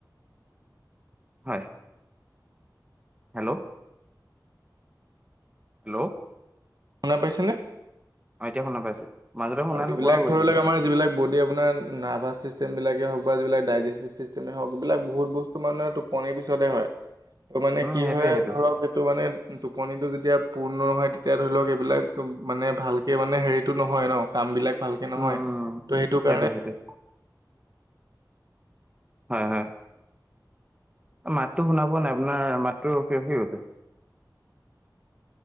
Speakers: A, on the right; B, on the right.
A: হয়। হেল্ল'। হেল্ল'।
B: শুনা পাইছেনে।
A: অ এতিয়া শুনা পাইছো। মাজতে শুনা
B: যিবিলাক
A: নোপোৱা হৈ গৈছিলো
B: ধৰি লওক আমাৰ যিবিলাক বডি আপোনাৰ। নাৰ্ভাছ ছিষ্টেমবিলাকেই হওক বা যিবিলাক দাইৰেচ ছিষ্টেমেই হওক এইবিলাক বহুত বস্তু মানে টোপনিৰ পিছতেই হয়। ত মানে
A: উম
B: কি
A: সেইটোয়ে
B: হয়
A: সেইটোয়ে
B: ধৰক এইটো মানে। টোপনিটো যেতিয়া পূৰ্ণ হয় তেতিয়া ধৰি লওক এইবিলাক মানে ভালকে মানে হেৰিটো নহয় ন। কাম বিলাক ভালকে নহয়
A: উম
B: ত' সেইটো কাৰণে।
A: সেইটোয়ে সেইটোয়ে হয়- হয়। মাততো শুনা পোৱা নাই আপোনাৰ মাতটো ৰখি ৰখি গৈছে।